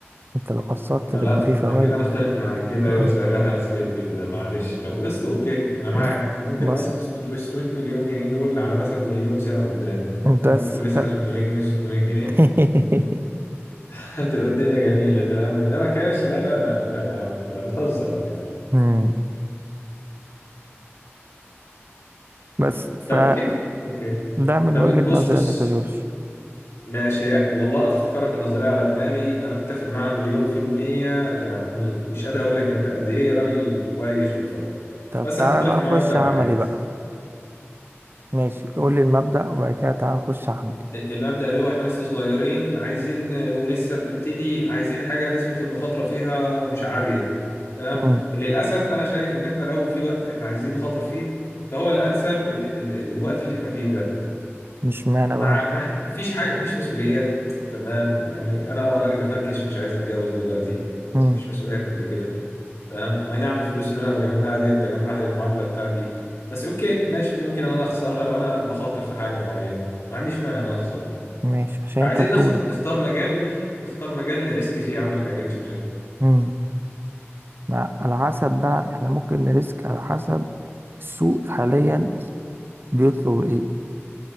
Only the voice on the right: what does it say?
انت لو قسطت
تبقى فيه فوائد
آه.
لا
بسيط
بس
خ...
<laughs>
مم. بس فده
من
وجهة
نظري
انا كجورج
طب
تعالى
بقى نخش
عملي
بقى ماشي قول لي المبدأ وبعد كده تعالى نخش عملي
مم.
مش معنى
بقى
مم.
ماشي عشان
انت بطولك
امم مع على حسب بقى احنا ممكن نريسك على حسب السوق حاليا بيطلب ايه